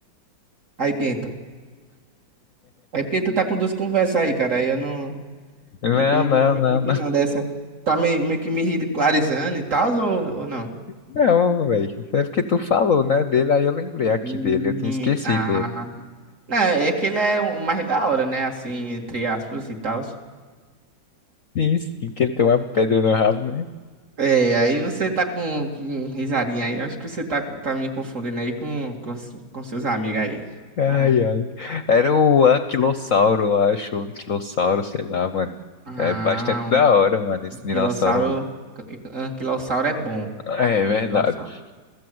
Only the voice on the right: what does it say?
Aí dentro. Aí porque tu tá com duas conversas aí, cara, aí eu não...
Meio que eu não
gostei
muito
não dessa. Tá meio, meio que me ridicularizando e tal, ou, ou não?
Hum,
ah.
Não, é que ele é o mais da hora, né? Assim, entre aspas e tal.
É, aí você tá com, com risadinha aí. eu Acho que você tá, tá me confundindo aí com, com, com seus amigos aí.
Hum.
Ah,
um
anquilossauro.
Anquilossauro é bom.
Anquilossauro.